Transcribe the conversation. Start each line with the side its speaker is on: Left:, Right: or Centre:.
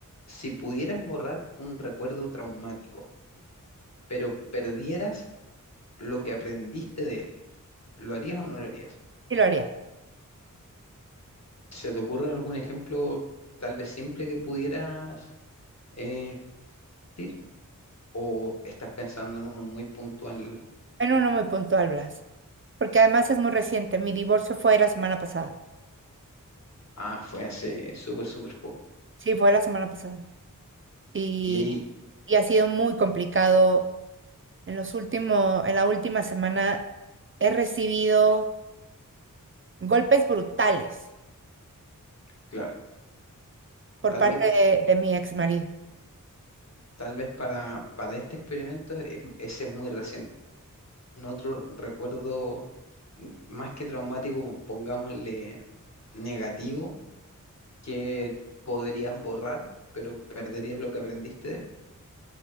Left: si pudieras borrar un recuerdo traumático, pero perdieras lo que aprendiste de él, ¿lo harías o no lo harías?
Right: Sí lo haría.
Left: ¿Se te ocurre algún ejemplo tal vez simple que pudieras eh, decir? ¿O estás pensando en uno muy puntual?
Right: En uno muy puntual, Blas. Porque además es muy reciente. Mi divorcio fue la semana pasada.
Left: Ah, fue hace súper, súper poco.
Right: Sí, fue la semana pasada. Y,
Left: Y ahí,
Right: y ha sido muy complicado. En los últimos, en la última semana he recibido golpes brutales
Left: claro,
Right: por
Left: tal
Right: parte
Left: vez,
Right: de, de mi ex marido.
Left: tal vez para, para este experimento es- ese es muy reciente otro recuerdo mm, más que traumático, pongámosle negativo, que podrías borrar, pero perderías lo que aprendiste de él?